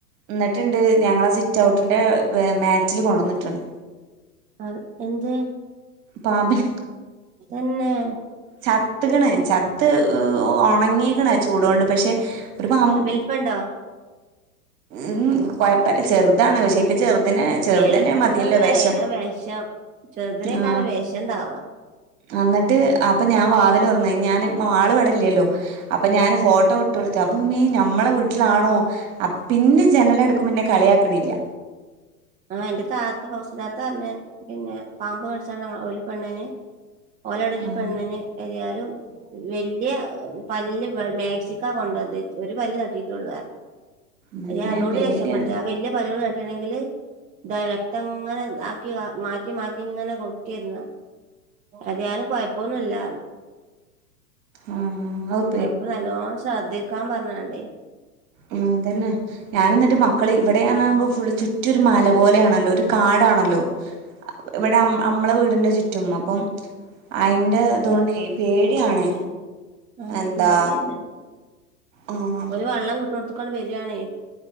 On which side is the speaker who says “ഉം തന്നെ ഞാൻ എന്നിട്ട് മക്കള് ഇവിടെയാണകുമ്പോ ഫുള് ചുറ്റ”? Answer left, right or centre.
Right